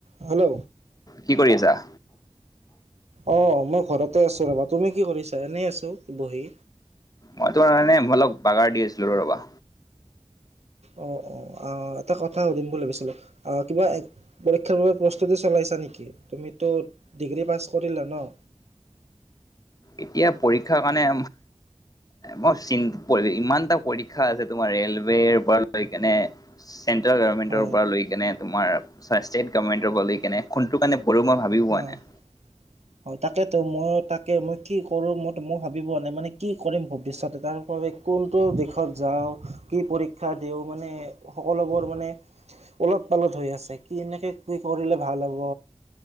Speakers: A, on the right (about 70°); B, on the left (about 35°).
A: Hello
B: কি কৰি আছা?
A: অঁ মই ঘৰতে আছোঁ ৰ'বা, তুমি কি কৰিছা, এনেই আছোঁ বহি।
B: মই তোমাৰ এনেই অলপ বাগাৰ দি আছিলো ৰবা।
A: অঁ অঁঁ এটা কথা সুধিম বুলি ভাবিছিলোঁ কিবা পৰীক্ষাৰ বাবে প্ৰস্তুতি চলাইছা নেকি তুমিতো ডিগ্ৰী পাছ কৰিলা ন
B: এতিয়া পৰীক্ষাৰ কাৰণে মই চীন পৰি ইমান এটা পৰীক্ষা আছে তোমাৰ ৰেলৱেপৰা লৈ কেনে চেন্ট্ৰেল গভমেণ্টৰ
A: হয়
B: পৰা লৈ কেনে তোমাৰ ষ্টেট গভমেণ্টৰ পৰা লৈ কেনে খোনটোৰ কাৰণে পঢ়ো মই ভাবি পোৱা
A: হয়
B: নাই।
A: হয় তাকেতো মই তাকে মই কি কৰোঁ মইো মই ভাবি পোৱা নাই মানে কি কৰিম ভৱিষ্যতে তাৰ বাবে কোনটো দিশত যাওঁ কি পৰীক্ষা দিওঁ মানে সকলোবোৰ মানে উলত পালত হৈ আছে কি কেনেকে কি কৰিলে ভাল হ'ব